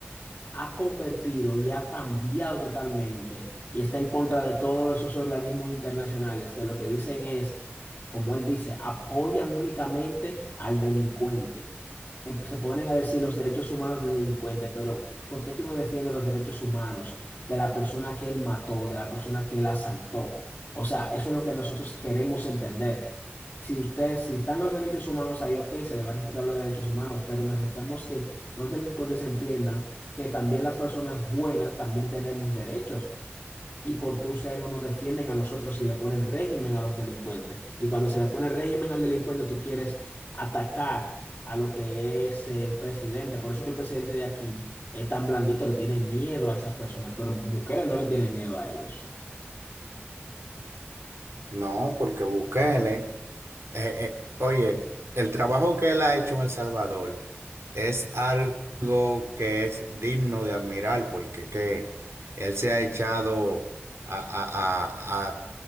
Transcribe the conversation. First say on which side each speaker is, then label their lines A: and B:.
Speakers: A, on the left; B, on the right.
A: ha convertido y ha cambiado totalmente y está en contra de todos esos organismos internacionales que lo que dicen es, como él dice, apoyan únicamente al delincuente. Em- Se ponen a decir los derechos humanos del delincuente, pero ¿por qué tú no defiendes los derechos humanos de la persona que él mató, de la persona que él asaltó? O sea, eso es lo que nosotros queremos entender. Si ustedes, si están los derechos humanos ahí, ok, se le va a respetar los derechos humanos, pero necesitamos que los delincuentes entiendan que también las personas buenas también tenemos derechos. ¿Y por qué ustedes no nos defienden a nosotros si le ponen régimen a los delincuentes? Y cuando se le pone régimen al delincuente, tú quieres atacar a lo que es el presidente. Por eso que el presidente de aquí es tan blandito, le tiene miedo a esas personas, pero Bukele no le tiene miedo a ellos.
B: No, porque Bukele, eh, eh, oye, el trabajo que él ha hecho en El Salvador es algo que es digno de admirar, porque que él se ha echado a, a- a- a